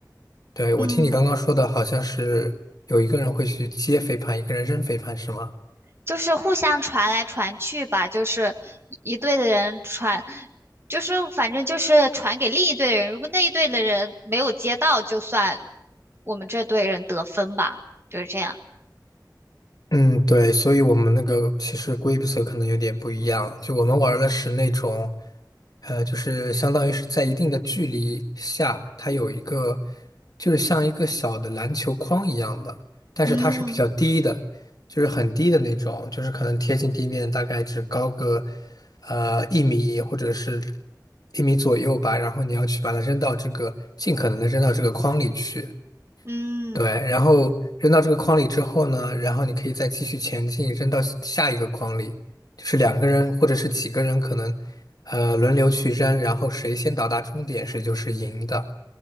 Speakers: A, on the left; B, on the right.
A: 对，我听你刚刚说的好像是有一个人会去接飞盘，
B: 嗯。
A: 一个人扔飞盘，是吗？
B: 就是互相传来传去吧，就是一队的人传，就是反正就是传给另一队的人，如果那一队的人没有接到，就算我们这队人得分吧，就是这样。
A: 嗯，对，所以我们那个其实规则可能有点不一样，就我们玩的是那种，呃，就是相当于是在一定的距离下，它有一个，就是像一个小的篮球框一样的，但是它是比较低的，
B: 嗯
A: 就是很低的那种，就是可能贴近地面，大概只高个，呃，一米或者是一米左右吧，然后你要去把它扔到这个，尽可能的扔到这个框里去。
B: 嗯
A: 对，然后扔到这个筐里之后呢，然后你可以再继续前进，扔到下下一个筐里，就是两个人或者是几个人可能，呃，轮流去扔，然后谁先到达终点，谁就是赢的，